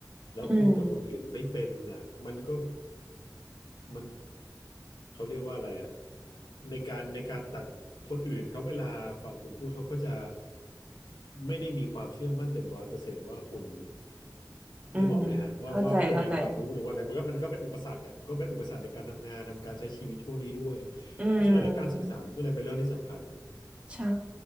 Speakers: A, on the left; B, on the right.
A: แล้วพูดกับคนอื่นไม่เป็นอ่ะมันก็
B: อืม
A: มันเขาเรียกว่าอะไรอ่ะในการในการตัดคนอื่นเขาเวลาฟังคุณพูดเขาก็จะไม่ได้มีความเชื่อมั่นเต็มร้อยเปอร์เซนต์ว่าคุณ
B: อืม
A: นึกออกไหมฮะว่าว่าว่าคุณมีความรู้หรือว่าอะไรมันก็มันก็เป็นอุปสรรคอ่ะมันก็เป็นอุปสรรคในการทำงานทำการใช้ชีวิตพวกนี้ด้วย
B: เข้าใจเข้าใจอืม
A: เพราะฉะนั้นและการสื่อสารมันก็เลยเป็นเรื่องที่สำคัญ
B: ใช่